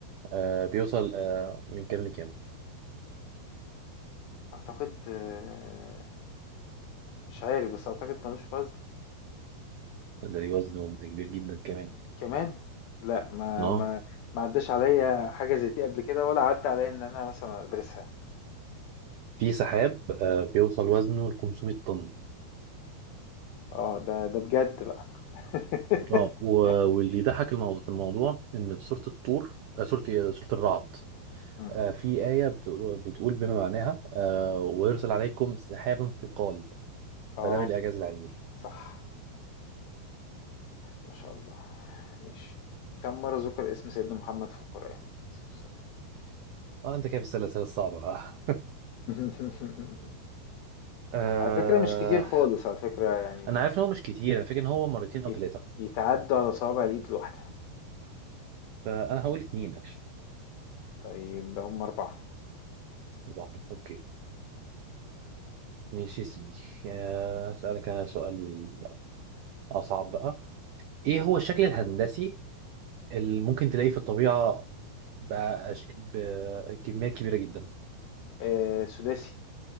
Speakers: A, on the right (about 80°); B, on the left (about 75°).
A: آه بيوصل آه من كام لكام
B: أعتقد آه، مش عارف بس أعتقد ملوش وزن
A: ده ليه وزن وزن كبير جدا كمان
B: كمان لا ما
A: اه
B: ما ما عداش عليا حاجة زي دي قبل كده ولا عدى عليا إن أنا مثلا أدرسها
A: في سحاب آه بيوصل وزنه ل 500 طن
B: اه ده ده بجد بقى <laughs>
A: اه و- واللي يضحك الموضوع في الموضوع ان في سورة الطور آه سورة إيه؟ سورة الرعد
B: مم.
A: آه في آية بتقول بتقول بما معناها آه ويرسل عليكم سحابا ثقال
B: اه
A: فده من الإعجاز العلمي
B: صح ما شاء الله. ماشي. كم مرة ذُكر اسم سيدنا محمد في القرآن؟ عليه الصلاة والسلام.
A: اه انت كده بتسأل الأسئلة الصعبة بقى
B: <laughs>
A: <laughs> آه...
B: على فكرة مش كتير خالص على فكرة يعني
A: انا عارف ان هو مش كتير انا فاكر ان هو مرتين او
B: يت
A: ثلاثة
B: يتعدّوا على صوابع الإيد الواحدة.
A: فانا هقول اتنين اكشلي
B: طيب هُم 4
A: بعض اوكي ماشي يا سيدي آه، اسألك انا سؤال اصعب بقى ايه هو الشكل الهندسي اللي ممكن تلاقيه في الطبيعة بقى أشك... بكميات كبيرة جدا
B: آآ سداسي،